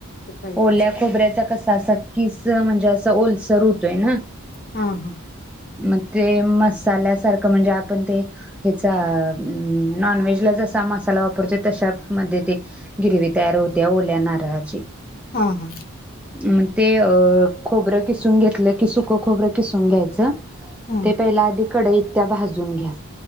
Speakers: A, on the left; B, in the centre.
A: सुकच घ्यायचं
B: ओल्या
A: काय
B: खोबऱ्याचा कसा असा किस म्हणजे असं ओलसर होतोय ना.
A: हा हा
B: म ते मसाल्यासारखं म्हणजे आपण ते हेचा अ अं नॉन व्हेजला जसा मसा ते तशात मधे ते गिरवी तयार होत्या ओल्या नारळाची
A: हा हा
B: म ते अ खोबरं किसून घेतलं की, सुकं खोबरं किसून घ्यायचं.
A: हं
B: ते पहिल आधी कडईत त्या भाजून घ्या.